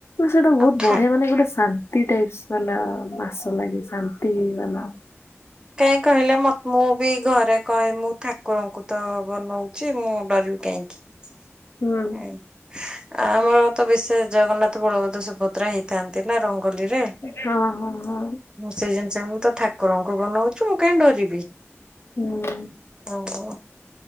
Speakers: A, on the left (about 60°); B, on the right (about 15°).
A: ସେଇଟା ବହୁତ
B: ଆଉ ଠା
A: ବଢିଆ ମାନେ ଗୋଟେ ଶାନ୍ତି ଟାଇପ ବାଲା ମାସ ଲାଗି ଶାନ୍ତି ବନାଉ।
B: କାଇହିଁ କହିଲେ ମ ମୁଁ ବି ଘରେ କହେ ମୁଁ ଠାକୁରଙ୍କୁ ତ ବନଉଛି ମୁଁ ଡରିବି କାହିଁକି?
A: ହୁଁ।
B: ଆମର ତ ବିଶେଷ ଜଗନ୍ନାଥ ବଳଭଦ୍ର ସୁଭଦ୍ରା ହେଇଥାନ୍ତି ନା ରଙ୍ଗୋଲିରେ।
A: ହଁ ହଁ ହଁ
B: ମୁଁ ସେଇ ଜିନିଷ ମୁଁ ତ ଠାକୁରଙ୍କୁ ବନଉଛି ମୁଁ କାହିଁ ଡରିବି।
A: ହୁଁ।
B: ଓହୋ